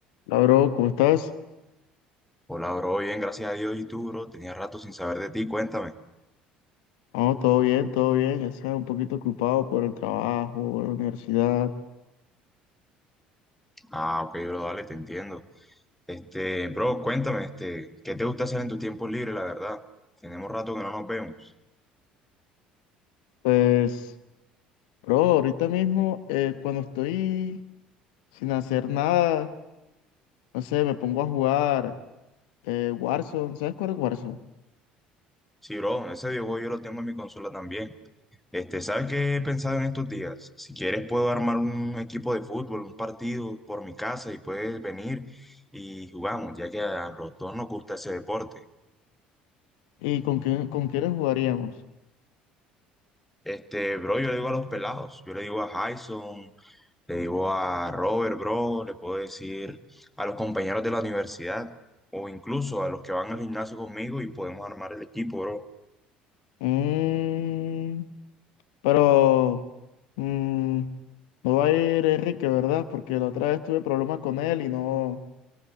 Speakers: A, on the left; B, in the centre.
A: Hola, bro, ¿cómo estás?
B: Hola, bro, bien, gracias a Dios. ¿Y tú, bro? Tenía rato sin saber de ti, cuéntame.
A: No, todo bien, todo bien. Ya sea un poquito ocupado por el trabajo, la universidad.
B: Ah, ok, bro, dale, te entiendo. Este, bro, cuéntame, este, ¿qué te gusta hacer en tus tiempos libres, la verdad? Tenemos rato que no nos vemos.
A: Pues, bro, ahorita mismo, eh, cuando estoy sin hacer nada, no sé, me pongo a jugar eh, Warzone. ¿Sabes cuál es Warzone?
B: Sí, bro, ese videojuego yo lo tengo en mi consola también. Este, ¿sabes qué he pensado en estos días? Si quieres puedo armar un equipo de fútbol, un partido por mi casa y puedes venir y jugamos, ya que a los dos nos gusta ese deporte.
A: ¿Y con quién, con quiénes jugaríamos?
B: Este, bro, yo le digo a los pelados, yo le digo a Jason, Le digo a Robert, bro, le puedo decir a los compañeros de la universidad o incluso a los que van al gimnasio conmigo y podemos armar el equipo, bro.
A: Mm, pero mm, no va a ir Enrique, ¿verdad? Porque la otra vez tuve problemas con él y no,